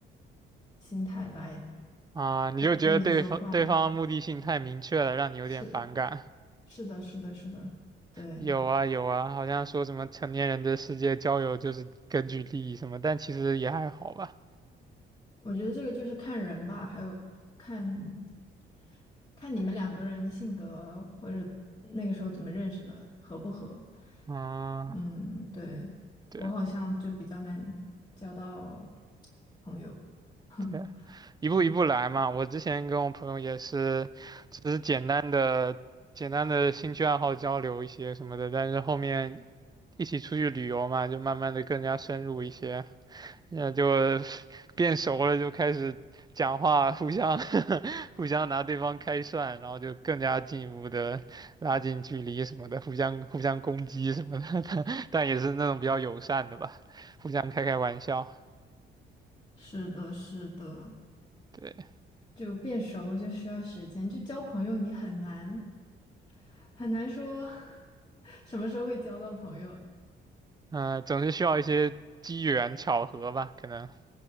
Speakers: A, on the left; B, on the right.
A: 心态来
B: 啊，你就觉得对方对方目的性太明确了，
A: 跟跟你说话。
B: 让你有点反感。
A: 是是的，是的，是的，对。
B: 有啊有啊，好像说什么成年人的世界交友就是根据利益什么，但其实也还好吧。
A: 我觉得这个就是看人吧，还有看看你们两个人的性格或者那个时候怎么认识的，合不合。
B: 嗯，
A: 嗯，对，
B: 对
A: 我好像就比较难交到朋友。<laughs>
B: 对，一步一步来嘛。
A: 嗯，
B: 我之前跟我朋友也是，只是简单的简单的兴趣爱好交流一些什么的，但是后面一起出去旅游嘛，就慢慢的更加深入一些。那就变熟了，就开始讲话，互相 <laughs> 互相拿对方开涮，然后就更加进一步的拉近距离什么的，互相互相攻击什么的，<laughs> 但但也是那种比较友善的吧，互相开开玩笑。
A: 是的，是的，
B: 对，
A: 就变熟就需要时间，就交朋友你很难很难说 <laughs> 什么时候会交到朋友。
B: 嗯、总是需要一些机缘巧合吧，可能。